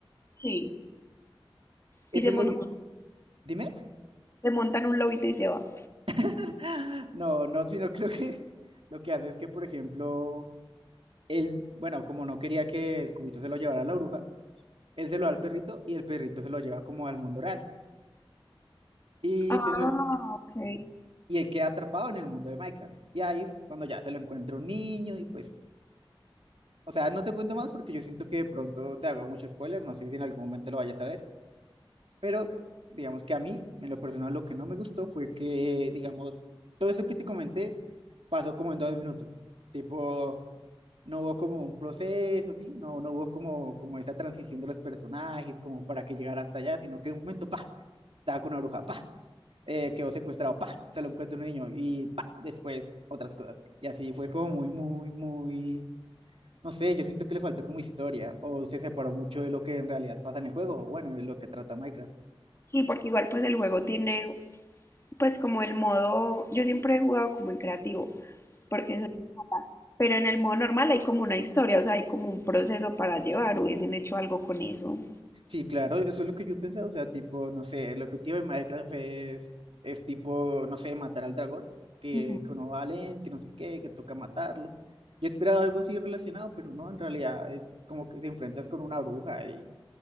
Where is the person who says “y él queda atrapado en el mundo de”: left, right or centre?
Right